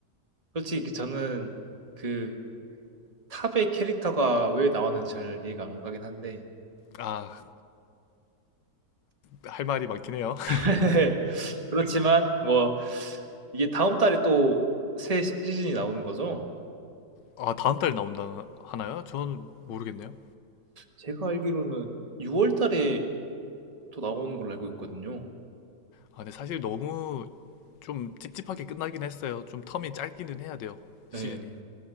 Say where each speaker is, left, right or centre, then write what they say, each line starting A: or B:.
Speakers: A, on the right; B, on the left.
A: 솔직히 저는 그 탑의 캐릭터가 왜 나왔는지 잘 이해가 안 가긴 한데
B: 아, 할 말이 많긴 해요. <laughs>
A: <laughs> 그렇지만 뭐 이게 다음 달에 또 새 시즌이 나오는 거죠?
B: 아, 다음 달 나온다 하나요? 전 모르겠네요.
A: 제가 알기로는 6월 달에 또 나오는 걸로 알고 있거든요.
B: 아, 근데 사실 너무 좀 찝찝하게 끝나긴 했어요. 좀 텀이 짧기는 해야 돼요. 시즌이.
A: 네,